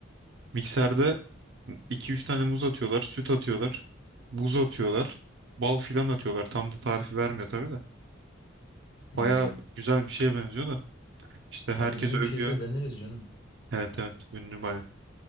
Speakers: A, on the right; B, on the left.
A: Mikserde iki üç tane muz atıyorlar, süt atıyorlar, buz atıyorlar, bal filan atıyorlar. Tam da tarifi vermiyor tabii de.
B: Hmm.
A: Baya güzel bir şeye benziyor da. İşte
B: Ya
A: herkes
B: ünlü
A: övüyor.
B: bir şeyse deneriz canım.
A: Evet evet ünlü baya.